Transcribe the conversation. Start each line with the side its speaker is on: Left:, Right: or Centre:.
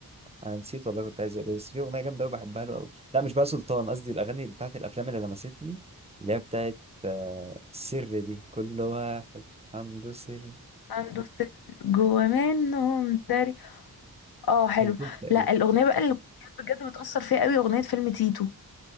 Right: انا نسيت والله كنت عايز اقول ايه بس في اغنيه جامده قوي بحبها له قوي لا مش بقى سلطان قصدي الاغاني اللي بتاعت الافلام اللي لمستني اللي هي بتاعت آه، السر دي كل واحد عنده سر
Left: عنده سر جوا منهم داري اه حلو
Right: الكوف تقريبا
Left: لا الاغنيه بقى اللي بجد بتاثر فيها قوي اغنيه فيلم تيتو